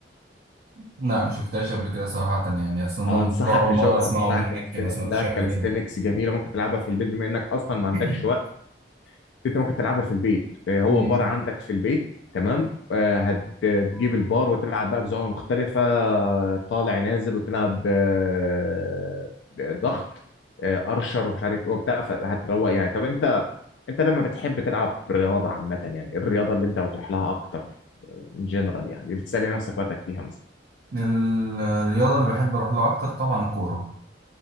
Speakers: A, on the right; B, on the left.
A: <coughs> لا ما شفتهاش قبل كده صراحة يعني أصلا الموضوع
B: اه انصحك
A: أول
B: تشوفها
A: مرة أسمعه
B: بصراحه
A: منك
B: كاليستينكس
A: ما سمعتش
B: لا
A: قبل
B: كاليستينكس
A: كده
B: جميله ممكن تلعبها في البيت بما انك اصلا
A: <clears throat>
B: ما عندكش وقت انت ممكن تلعبها في البيت آه، هو
A: امم
B: بار عندك في البيت تمام آه، هت- هتجيب البار وتلعب بقى بزاويه مختلفه طالع نازل وتلعب آه، ضغط آه، ارشر ومش عارف ايه وبتاع فهتروق يعني طب انت انت لما بتحب تلعب رياضه عامه يعني إيه الرياضه اللي انت بتروح لها اكتر ان جنرال يعني بتسالي نفسك وقتك فيها مثلا
A: الرياضة اللي بحب أروح لها أكتر طبعا الكورة